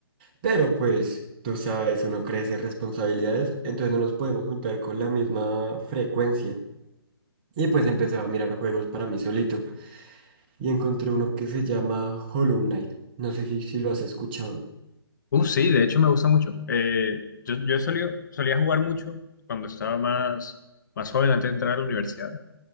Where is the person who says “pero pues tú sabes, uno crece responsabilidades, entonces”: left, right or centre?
Right